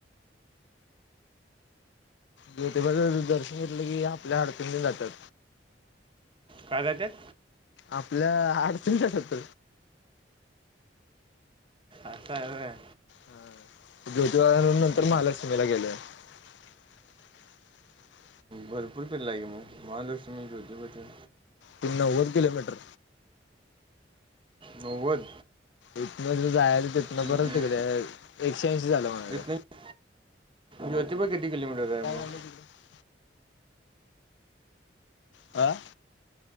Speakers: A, on the left; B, on the right.
A: ज ते दर्शन घेतलं की आपल्या आरती जातात..
B: काय जात्यात...
A: आपल्या आडतींच्यात...
B: असतां...
A: ह ज्योतिबा वरून नंतर
B: हम्म.
A: महालक्ष्मीला गेले.. <unintelligible>
B: भरपूर पिल्ला गे मग महालक्ष्मी जतेठे...
A: तीन नव्वद किलोमीटर...
B: नव्वद...
A: इथन जायच तिथनं
B: हम्म.
A: परत तिकडे एकशे ऐंशी झालं माझं..
B: इथनं ज्योतिबा किती किोमीटर आहे
A: काय
B: म...
A: झालं तिकडे? आ...